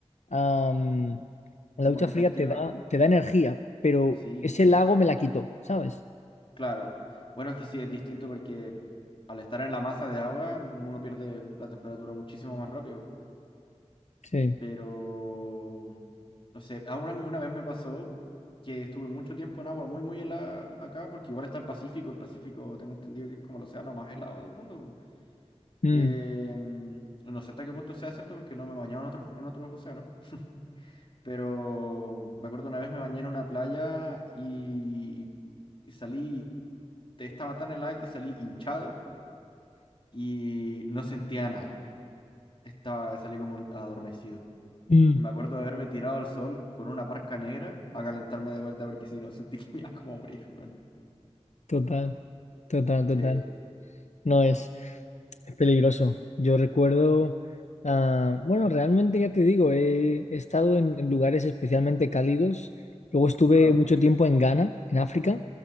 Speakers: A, on the left (about 85°); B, on the left (about 50°).
A: am, la
B: como
A: ducha
B: que
A: fría
B: te activa.
A: te da, te da energía, pero
B: Sí,
A: ese lago me la quitó, ¿sabes?
B: claro. Bueno, es que sí, es distinto porque al estar en la masa de agua, uno pierde la temperatura muchísimo más rápido.
A: Sí.
B: Pero, no sé, a una, una vez me pasó que estuve mucho tiempo en agua muy, muy helada acá, porque igual está el Pacífico, el Pacífico tengo entendido que es como el océano más helado del mundo. po.
A: Mm.
B: Em, no sé hasta qué punto sea cierto porque no me he bañado en otros, en otros océanos, <laughs> pero me acuerdo una vez me bañé en una playa y, y salí, te- estaba tan helada que salí hinchado y no sentía nada, estaba, salí como adormecido.
A: Mm.
B: Y me acuerdo de haberme tirado al sol con una parca negra a calentarme de vuelta porque si no <laughs> sentí que me iba como a morir, weón.
A: Total, total, total.
B: Sí,
A: No es, es peligroso. Yo recuerdo, ah, bueno, realmente ya te digo, he, he estado en, en lugares especialmente cálidos. Luego estuve
B: claro.
A: mucho tiempo en Ghana, en África.